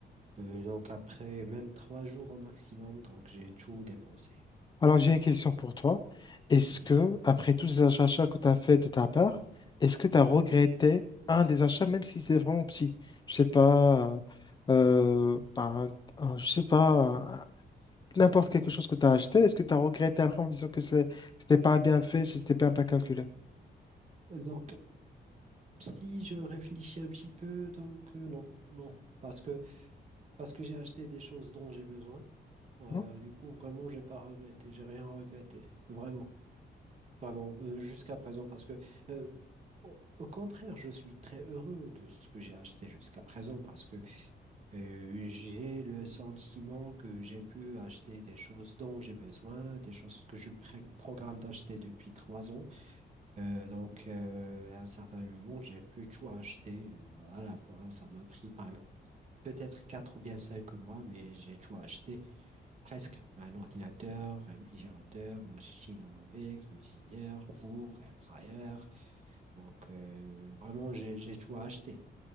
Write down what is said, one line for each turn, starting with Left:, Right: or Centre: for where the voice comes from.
Right: Euh, donc, après même trois jours au maximum, donc, j'ai tout dépensé.
Left: Alors, j'ai une question pour toi. Est-ce
Right: Oui.
Left: que, après tous ces achats que tu as fait de ta part, est-ce que tu as regretté un des achats, même si c'est vraiment petit? Je sais pas, euh, ben, un- je sais pas, un- n'importe quelque chose que tu as acheté, est-ce que tu as regretté après en disant que c'est- c'était pas bien fait, c'était pas bien calculé?
Right: Donc, si je réfléchis un petit peu, donc, euh, non, non, parce que, parce que j'ai acheté des choses dont j'ai besoin. Euh,
Left: Non.
Right: du coup, vraiment, j'ai pas regretté, j'ai rien regretté, vraiment. Vraiment, euh, jusqu'à présent, parce que euh, au, au contraire, je suis très heureux de ce que j'ai acheté jusqu'à présent, parce que euh, j'ai le sentiment que j'ai pu acheter des choses dont j'ai besoin, des choses que je pré- programme d'acheter depuis trois ans. Euh, donc, euh, à un certain moment, j'ai pu tout acheter euh, à la fois. Ça m'a pris par- peut-être quatre ou bien cinq mois, mais j'ai tout acheté. Presque. Un ordinateur, réfrigérateur, machine à laver, cuisinière, four, air fryer. Donc, euh, vraiment, j'ai, j'ai tout à acheter.